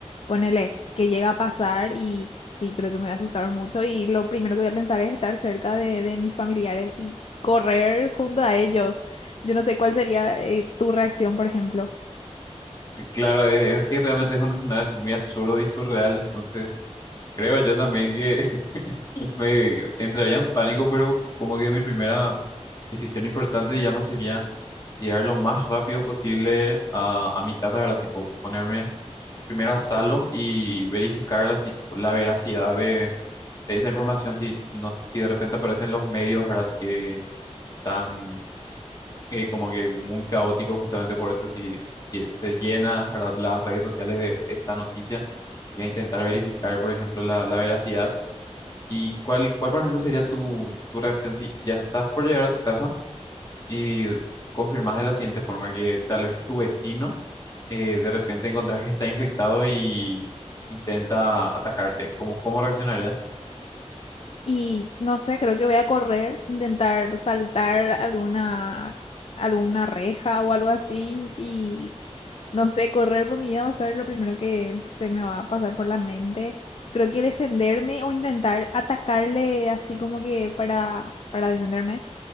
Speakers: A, on the left (about 55°); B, on the left (about 35°).
A: ponele que llega a pasar y sí, creo que me voy a asustar mucho. Y lo primero que voy a pensar es estar cerca de, de mis familiares y correr junto a ellos. Yo no sé cuál sería, eh, tu reacción, por ejemplo.
B: Y Claro, es, es que realmente es un escenario así muy absurdo y surreal, entonces creo yo también que <laughs> me entraría en pánico, pero como que mi primera decisión importante, digamos, sería llegar lo más rápido posible a, a mi casa, ¿verdad? Tipo, ponerme primero a salvo y verificar la, si- tipo, la veracidad de, de esa información, si, no, si de repente aparecen los medios, ¿verdad? Que están eh, como que muy caóticos justamente por esto, si eh, se llena, ¿verdad? Las redes sociales de esta noticia y a intentar verificar, por ejemplo, la, la veracidad. ¿Y cuál, cuál, por ejemplo, sería tu, tu reacción si ya estás por llegar a tu casa y confirmas de la siguiente forma que tal vez tu vecino eh, de repente encontrás que está infectado y intenta atacarte, ¿cómo, cómo reaccionarías?
A: Y no sé, creo que voy a correr, intentar saltar alguna, alguna reja o algo así. Y no sé, correr por mi vida va a ser lo primero que se me va a pasar por la mente. Creo que defenderme o intentar atacarle así como que para, para defenderme.